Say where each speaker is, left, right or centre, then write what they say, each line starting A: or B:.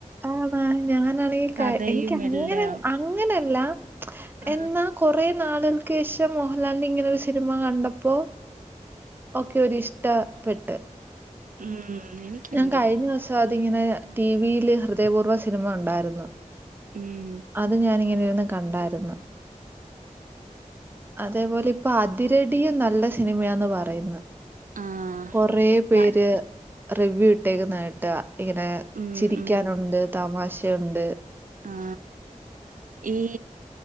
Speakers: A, on the right (about 15°); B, on the right (about 85°).
A: ആണോ ഞാനാണെങ്കിൽ
B: കഥയും
A: എനിക്ക് അങ്ങന
B: എല്ലാം
A: അങ്ങനല്ല
B: ആ
A: എന്നാ കൊറെ നാളുകൾക്ക് ശേഷം മോഹൻലാലിന്റെ ഇങ്ങനെ ഒരു സിനിമ കണ്ടപ്പോ ഒക്കെ ഒ ഇഷ്ടപ്പെട്ട്
B: ഉം എനിക്കെന്തോ
A: ഞാൻ കഴിഞ്ഞ ദിവസം അ ഇങ്ങനെ ടിവിയില് ഹൃദയപൂർവ്വ സിനിമ ഉണ്ടായിരുന്നു
B: ഉം
A: അത് ഞാനിങ്ങനെ കണ്ടായിരുന്നു അതേപോലെ ഇപ്പൊ അതിരടിയ നല്ല സിനിമയാന്ന് പറയുന്നു
B: ആ
A: കൊറേ പേര്
B: മ-
A: റിവ്യൂ ഇട്ടേക്ക് നേട്ടമാ ഇങ്ങനെ
B: ഉം
A: ചിരിക്കാനുണ്ട്
B: ഉം
A: തമാശ <unintelligible> ഉണ്ട്
B: ആ ഈ